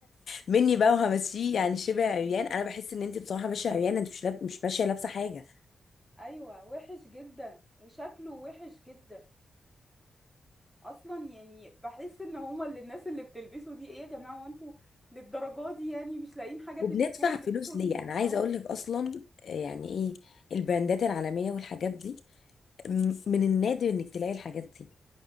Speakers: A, on the left; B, in the centre.
A: مني بقى وهمشيه يعني شبه عريان انا بحس ان انت بصراحة ماشية عريانة انت مش لاب... مش ماشية لابسة حاجة
B: ايوه وحش جدا وشكله وحش جدا اصلا يعني بحس ان هما اللي الناس اللي بتلبسوا دي ايه يا جماعه هو انتوا للدرجه دي يعني مش لاقيين حاجه
A: وبندفع
B: تلبسوها بتلبسوا
A: فلوس ليه
B: هدوم مقطعه
A: انا عايزة اقول لك اصلا يعني ايه البراندات العالمية والحاجات دي م- من النادر انك تلاقي الحاجات دي